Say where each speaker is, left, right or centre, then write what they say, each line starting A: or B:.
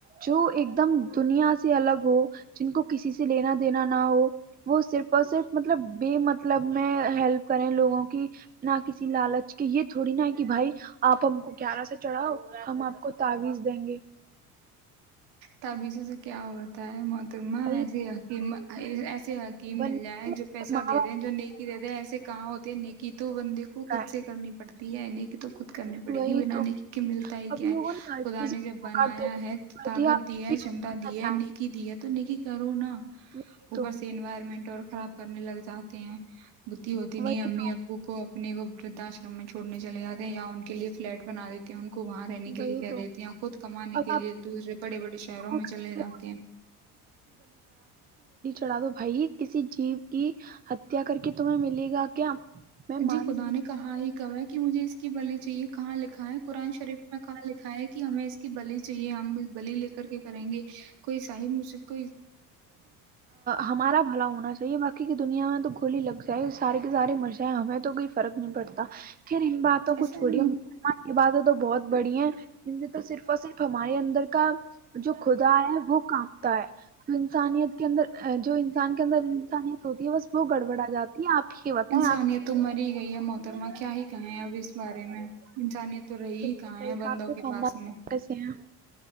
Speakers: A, on the right (about 20°); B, on the right (about 65°).
A: جو ایک دم دنیا سے الگ ہو جن کو کسی سے لینا دینا نہ ہو وہ صرف اور صرف مطلب بے مطلب میں ہیلپ کریں لوگوں کی نہ کسی لالچ کے یہ تھوڑی نہا کہ بھائی آپ ہم کو گیارہ سے چڑھاؤ ہم آپ کو تعاویز دیں گے
B: تعویذ سے کیا ہوتا ہے محترمہ
A: بھائی
B: ایسے ہے کہ <unintelligible> سے حکیم
A: بندے
B: مل جائے جو پیسہ
A: ماں
B: دے
A: باپ
B: د جو نیکی دے دیں ایسے کہاں ہوتے ہیں نیکی تو بندے کو
A: کا
B: خود
A: ہے،
B: سے کرنی پڑتی تی ہے نیکی تو خد کرنی پڑے
A: وہی
B: گی بنانے
A: تو
B: نیکی ملتا ہی
A: اب
B: کیا ہے
A: لوگوں نے ہر
B: خدا
A: چیز
B: نے
A: میں
B: جب
A: دھوکہ
B: بنایا
A: دڑی
B: ہے
A: کر
B: طاقت
A: دیا آپ کسی بھی
B: شمتا
A: چیز میں
B: دی ہے
A: جائیں،
B: نیکی دی ہے تو نیکی کرو نا
A: وہی
B: اوپر
A: تو
B: سے انوائرمنٹ اور خراب کرنے لگ جاتے ہیں بدھی ہوتی نہیں
A: وہی
B: امی
A: تو
B: ابو کو امی ابو کو ویدوا آشرم میں چھڑنے چلےاتے ہیں یا ان کے لیے فلیٹ بنا دیتے ہیں ان کو وہاں رہنے کے
A: وہی
B: لیے کہہ
A: تو
B: رہیتی ہیں خود کمانے
A: اب
B: کے لیے دوسرے بڑے بڑے شہروں
A: آپ
B: میں چلے جاتے ہیں
A: چڑا دو بھائی کسی جیب کی حتیا کر کے تمہیں ملے گا کیا میں مانتی
B: جی خدا نے کہا ہی کہا ہے مجھے اس کی بلی چاہیے کہاں لکھا ہے قرآن شریف میں کہا لکھا ہے کہ ہمیں اس کی بلی چاہیے ہم بلی لے کر کے کریں گے کوئی صاحب مجھ سے کوئی
A: ہمارا بھلا ہو ہونا چاہیے باقی کی دنیا میں تو گولی ہی لگ جائے سارے کے سارے مر جائیں ہمیں تو فرق نہیں پڑتا پھر ان باتوں
B: ایسا
A: کو چھوڑی
B: نہیں
A: یہ باتیں تو بہت بڑی ہیں ان نے تو صرف اور صرف ہمارے اندر کا جو خدا ہے وہ کانپتا ہے تو انسانیت کے اندر جو انسان کے اندر انسانیت ہوتی ہے بس وہ گڑبڑا جاتی ہے آپ یہ بتائیں
B: انسانیت
A: آپ
B: تو مر ہی گئی ہے محترمہ کیا ہی کہیں اب اس بارے میں انسانیت تو رہی
A: کے خاندان میں کیسے ہیں؟ آپ بالکل
B: ہی کہاں
A: صحیح
B: ہے
A: کہا،
B: بندوں
A: آپ
B: کے
A: خاندان
B: پاس میں
A: کیسے ہیں